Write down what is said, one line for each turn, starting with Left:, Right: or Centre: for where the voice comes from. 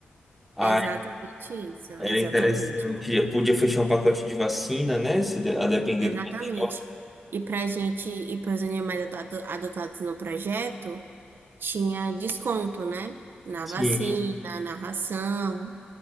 Centre: Aí
Right: É Exatamente isso, é
Centre: Era
Right: exatamente.
Centre: interessante. Eu podia fechar um pacote de vacina, né? Se de- a depender
Right: Exatamente.
Centre: do material.
Right: E para gente, e para os animais adota- adotados no projeto, tinha desconto, né? Na
Centre: Sim.
Right: vacina, na ração.